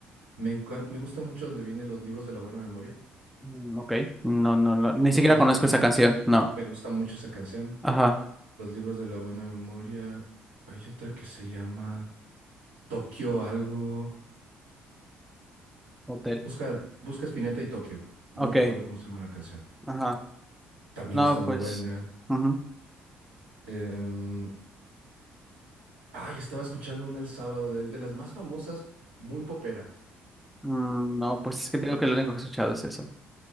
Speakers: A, on the right; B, in the centre.
A: me, encan- me gusta mucho donde vienen los libros de la buena memoria.
B: Mm, ok. No, no, no, ni
A: ¿No
B: siquiera
A: conoces
B: conozco
A: la canción?
B: esa canción, no.
A: Me gusta mucho esa canción.
B: Ajá.
A: Los libros de la buena memoria. Hay otra que se llama Tokio algo.
B: Hotel.
A: Busca, busca Spinetta y Tokio. No
B: Ok,
A: recuerdo cómo se llama la canción.
B: ajá.
A: También
B: No,
A: está muy
B: pues.
A: buena.
B: ujú.
A: Em, ay, estaba escuchando una el sábado de él, de las más famosas, muy popera.
B: Mm, No, pues es que
A: Eh,
B: digo que lo único que he escuchado es eso.